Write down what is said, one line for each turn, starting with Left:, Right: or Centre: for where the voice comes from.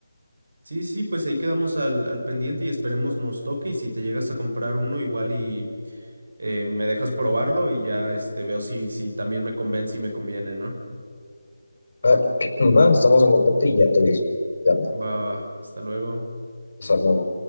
Right: Sí, sí, pues ahí quedamos al, al pendiente y esperemos nos toque. Y si te llegas a comprar uno, igual y eh, me dejas probarlo y ya este, veo si, si también me convence y me conviene, ¿no?
Left: Ah, <clears throat> va, estamos en contacto y ya te aviso. Ya anda.
Right: Va, va, hasta luego.
Left: Hasta luego.